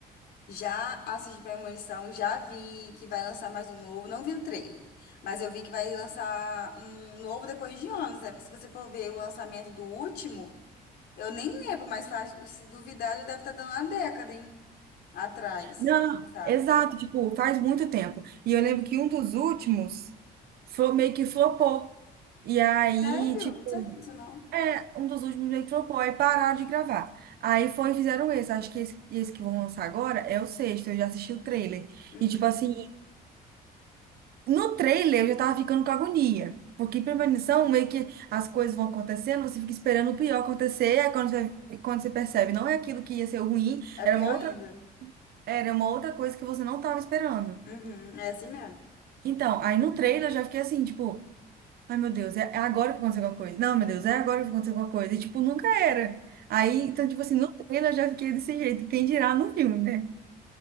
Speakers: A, on the left (about 70°); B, on the right (about 65°).
A: Já assisti Premonição, já vi que vai lançar mais um novo, não vi o trailer, mas eu vi que vai lançar um novo depois de anos, né, porque se você for ver o lançamento do último, eu nem lembro, mas faz, se duvidar, já deve estar dando uma década, hein, atrás,
B: Não,
A: que foi lançado.
B: exato, tipo, faz muito tempo. E eu lembro que um dos últimos flo- meio que flopou. E aí,
A: Sério?
B: tipo,
A: Não sabia disso, não.
B: é, um dos últimos meio que flopou, aí pararam de gravar. Aí foi e fizeram esse. Acho que esse, esse que vão lançar agora é o sexto, eu já assisti o trailer.
A: Uhum.
B: E, tipo assim, no trailer eu já tava ficando com agonia. Porque premonição, meio que as coisas vão acontecendo, você fica esperando o pior acontecer, aí quando você, quando você percebe, não é aquilo que ia ser o ruim,
A: É
B: era
A: pior
B: uma outra,
A: ainda.
B: era uma outra coisa que você não tava esperando.
A: Uhum. É assim mesmo.
B: Então, aí no trailer eu já fiquei assim, tipo, ai meu Deus, é é agora que vai acontecer alguma coisa. Não, meu Deus, é agora que vai acontecer alguma coisa. E tipo, nunca era. Aí, então, tipo assim, no trailer eu já fiquei desse jeito. Quem dirá no filme, né?